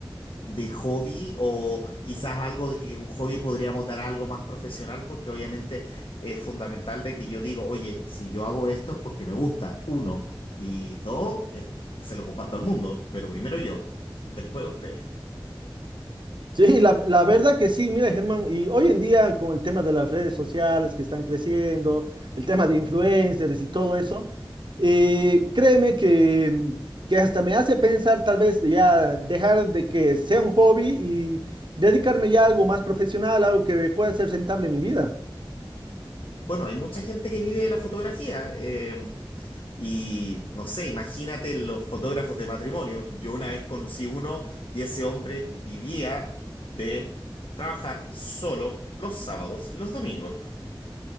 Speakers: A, on the left (about 75°); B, on the right (about 60°).
A: de hobby o quizás algo de que un hobby podría mutar a algo más profesional, porque obviamente es fundamental de que yo digo, oye, si yo hago esto es porque me gusta, uno, y dos, es- se lo comparto al mundo, pero primero yo, <laughs> después ustedes.
B: Sí, la, la verdad que sí, mira Germán, y hoy en día con el tema de las redes sociales que están creciendo, el tema de influencers y todo eso, eh, créeme que, que hasta me hace pensar tal vez de ya dejar de que sea un hobby y dedicarme ya a algo más profesional, algo que pueda ser rentable en mi vida.
A: Bueno, hay mucha gente que vive de la fotografía, em, y no sé, imagínate los fotógrafos de matrimonio. Yo una vez conocí uno y ese hombre vivía de trabajar solo los sábados y los domingos.